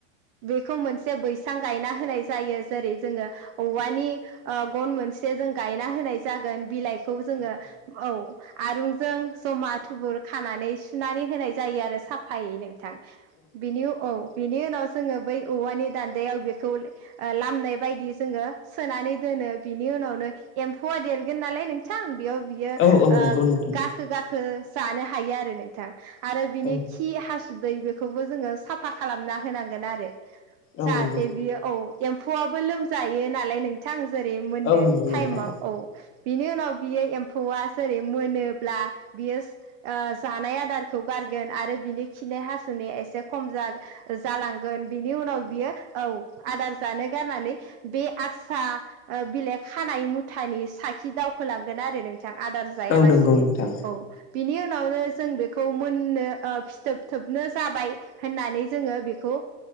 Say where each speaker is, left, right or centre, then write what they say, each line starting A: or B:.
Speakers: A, on the right; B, on the left.
A: बेखौ मोनसे बैसां गायना होनाय जायो जेरै जोंङो औवानि ओ गन मोनसे जों गायना होनाय जागोन बिलाइ खौ जोङो औ। आरुंजों जमा थुबुर खानानै सुनानै होनाय जायो आरो साफायै नोंथां। बिनि औ बिनि उनाव जोङो बै औवानि दान्दायाव बेखौ ओ लामनाय बायदि जोङो सोनानै दोनो बिनि उनावनो एम्फौआ देरगोन नालाय नोंथां बेयाव बियो ओ
B: औ औ नंगौ नोंथां
A: गाखो गाखो जानो हायो आरो नोंथां। आरो बिनि
B: औ
A: खि हासुदै बेखौबो जोंङो साफा खालामना होनांगोन आरो। जाहाथे
B: औ नंगौ
A: बियो औ एम्फौआबो लोमजायो नालाय नोंथां जेरै मोननो
B: औ नंगौ
A: टाइमाव
B: नोंथां
A: औ। बिनि उनाव बियो एम्फौआ जेरै मोनोब्ला बियो ओ जानाय आदारखौ गार गोन आरो बिनि खिनाय हासुनाया एसे खम जा-जालां गोन बिनि उनाव बियो औ आदार जानो गारनानै बे आक्सा ओ बिलाइ खानाय मुथानि साखि दावखोलांगोन आरो नों थां आदार जायालासिनो
B: औ नंगौ नोंथां
A: औ। बिनि उनावनो जों बेखौ मोननो ओ फिथोब थोबनो जाबाय होननानै जोङो बेखौ ओ